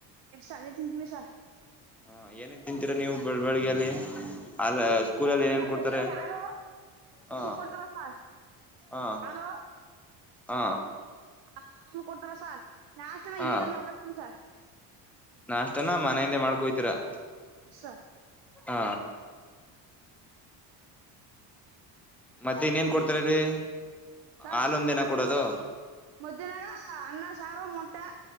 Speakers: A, on the right (about 80°); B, in the centre.
A: ಎ ಸಾ ಆಲೆ ತಿಂತಿಮಿ ಸ
B: ಹ ಏನೇ ತಿಂತೀರಾ ನೀವು ಬೆಳ್ ಬೆಳಗೆಯಲ್ಲಿ ಅಲ್ಲಿ ಸ್ಕೂಲಲ್ಲಿ ಏನೇನ್
A: ಬೆಳ್
B: ಕೊಡ್ತಾರೆ
A: ಬೆಳ್ಗೆ ಹಾಲು
B: ಹ
A: ಹಾಲ್ ಕೋಡ್ ಹ
B: ಹ
A: ಹಲೋ
B: ಹ
A: ಆ ಕೊಡ್ತಾರೆ ಸ ನಷ್ಟ
B: ಹ
A: ಇಲ್ಲಿಂದ ಮಾಡ್ಕೊಂಡ್ ಒಯ್ತಿಮಿ ಸ
B: ನಾಷ್ಟನ ಮನೆಯಿಂದೆ ಮಾಡ್ಕೊಒಯ್ತಿರ
A: ಆ ಸ
B: ಹ ಮತ್ತೆ ಇನ್ನೇನ್ ಕೊಡ್ತಾರೆ ಇಲ್ಲಿ
A: <unintelligible>
B: ಹಾಲೊಂದೇನ ಕೊಡೋದು
A: ಸಾರು ಮೊಟ್ಟಾ